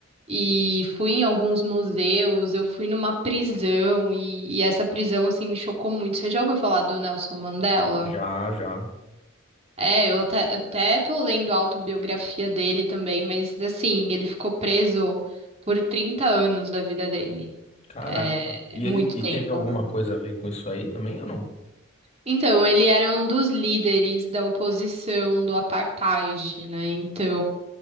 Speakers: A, on the right (about 30°); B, on the left (about 35°).
A: E fui em alguns museus, eu fui numa prisão e, e essa prisão assim me chocou muito. Você já ouviu falar do Nelson Mandela?
B: Já, já.
A: É, eu até, eu até tô lendo a autobiografia dele também, mas assim, ele ficou preso por 30 anos da vida dele.
B: Caraca.
A: É,
B: E
A: é muito
B: ele e
A: tempo,
B: teve alguma
A: né?
B: coisa a ver com isso aí também ou não?
A: Então, ele era um dos líderes da oposição do apartheid, né? Então,